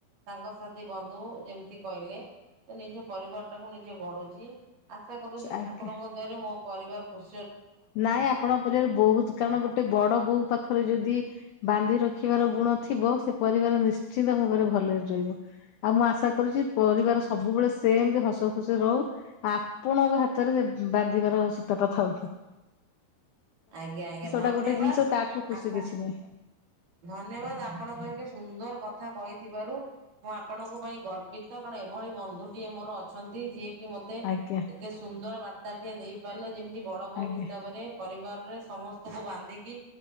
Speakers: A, on the right (about 60°); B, on the left (about 80°).
A: ସାଙ୍ଗସଥି ବନ୍ଧୁ ଯେମିତି କହିଲେ ତ ନିଜ ପରିବାର ଟାକୁ ନିଜେ ଗଢୁଛି ଆଶା କରୁଛି
B: ଆଜ୍ଞା
A: ଠାକୁରଙ୍କ ଦ୍ଵାରରେ ମୋ ପରିବାର ଖୁସି
B: ନାଇଁ ଆପଣଙ୍କ ପରିବାର ବହୁତ କାରଣ ଗୋଟେ ବଡ ବୋଉ ପାଖରେ ଯଦି ବାନ୍ଧି ରଖି ରଖିବାର ଗୁଣ ଥିବ ସେ ପରିବାର ନିଶ୍ଚିନ୍ତ ଭାବରେ ଭଲରେ ରହିବ ଆଉ ମୁଁ ଆଶା କରୁଛି ପରିବାର ସବୁବେଳେ ସେମ ଯେ ହସ ଖୁସି ରହୁ ଆପଣଙ୍କ ହାତରେ ସେ ବାନ୍ଧିବାର ସୂତାଟାଥାଉ
A: ଆଜ୍ଞା ଆଜ୍ଞା ଧନ୍ୟବାଦ
B: ଟା ଗୋଟେ ଜିନିଷ ତାଠାରୁ ଖୁସି
A: ଆପଣ
B: କିଛି ନାହିଁ
A: ଧନ୍ୟବାଦ ଆପଣଙ୍କ ସୁନ୍ଦର କଥା କହିଥିବାରୁ ମୁଁ ଆପଣଙ୍କ ପାଇଁ ଗର୍ବିତ କାରଣ ଏଭଳି ବନ୍ଧୁଟିଏ ମୋର ଅଛି ଯିଏକି ମୋତେ
B: ଆଜ୍ଞା
A: ଏତେ ସୁନ୍ଦର ବାର୍ତ୍ତାଟିଏ ଦେଇପାରିଲେ ଯେମିତି ବଡ଼ ବୋଉ
B: ଆଜ୍ଞା
A: ହିସାବରେ ପରିବାରରେ ସମସ୍ତଙ୍କୁ ବାନ୍ଧିକି